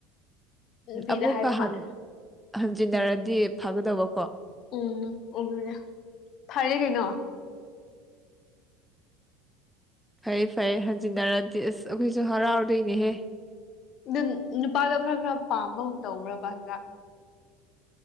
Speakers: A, on the left; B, in the centre.
A: ꯅꯨꯄꯤꯗ
B: ꯑꯃꯨꯛꯀ
A: ꯍꯥꯏꯕ
B: ꯍꯟꯖꯤꯟꯅꯔꯗꯤ
A: ꯃꯥꯜꯂꯦ
B: ꯐꯒꯗꯕ
A: ꯎꯝ ꯎꯅꯦ ꯐꯔꯦ ꯀꯩꯅꯣ
B: ꯐꯩ ꯐꯩ ꯍꯟꯖꯤꯟꯅꯔꯗꯤ ꯑꯁ ꯑꯩꯈꯣꯏꯁꯨ ꯍꯔꯥꯎꯗꯣꯏꯅꯦꯍꯦ
A: ꯑ ꯅꯨꯄꯥꯗꯣ ꯈꯔ ꯈꯔ ꯄꯥꯝꯕꯒꯨꯝ ꯇꯧꯕ꯭ꯔꯥ ꯄ ꯍꯟꯗ